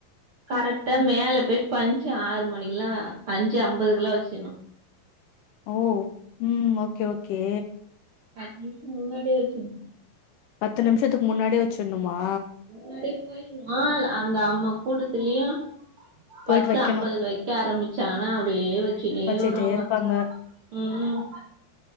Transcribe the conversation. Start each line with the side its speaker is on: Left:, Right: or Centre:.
Right: கரெக்டா
Left: ம். ம்.
Right: மேலே போயி பஞ்சி ஆறு மணிக்கெல்லா அஞ்சு ஐம்பதுக்கெல்லா வெச்சிட்ணு
Left: ஓ ம் ஓகே ஓகே
Right: பத்து நிமிஷோ முன்னாடியே வெச்சிட்னு
Left: பத்து நிமிஷத்துக்கு முன்னாடியே வெச்சிட்ணுமா
Right: முன்னாடியே போயிட்னு அந்த அம்மா கூட்டத்துலயு
Left: போயிட்டு
Right: பத்து
Left: வைக்கணு
Right: ஐம்பதுக்கு வெக்க ஆரம்பிச்சாங்னா அப்டியே வெச்சினே
Left: வச்சுட்டே
Right: வருவாங்க
Left: இருப்பாங்க
Right: ம் ம்